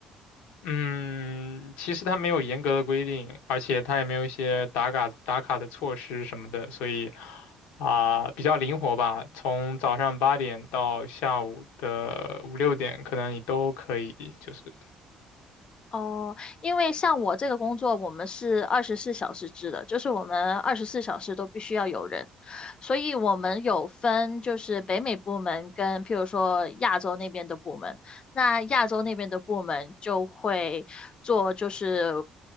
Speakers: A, on the left; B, on the left.
A: 嗯，其实它没有严格的规定，而且它也没有一些打卡打卡的措施什么的，所以啊，比较灵活吧。从早上八点到下午的五六点，可能你都可以，就是
B: 哦，因为像我这个工作，我们是二十四小时制的，就是我们二十四小时都必须要有人，所以我们有分就是北美部门跟譬如说亚洲那边的部门，那亚洲那边的部门就会做就是